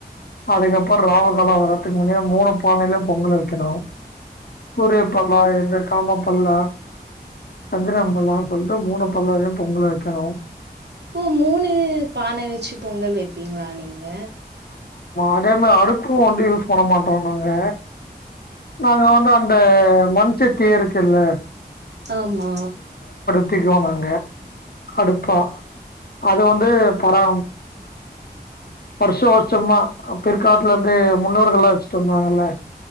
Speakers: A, on the left; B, on the right.
A: அதுக்கப்புறம் ராவுக்காலம் வர்றதுக்கு முன்னேயே மூணு பானையில பொங்கல் வைக்கணும் புரியப்பல்லா என்ன ஆமா பண்ணலாம் சந்திரம்பல்லாம் சொல்லிட்டு மூணு பல்லாரையும் பொங்கல வைக்கணும்
B: ஓ மூணு பான வெ பச்சு பொங்கல் வெப்பீங்களா நீங் ங்க
A: அதேமே அடுப்பு வந்து யூஸ் பண்ண மாட்டோம் நாங்க <unintelligible> இந்த மண்சட்டி இருக்குல்ல
B: ஆமா
A: சுத்தக்குனாங்க அடுப்பா அது வந்து பரா வருஷம் வருஷமா பிற்காலத்துல இருந்து முன்னோர்கள்லாம் வெச்சுட்டு வந்தாங்கல்ல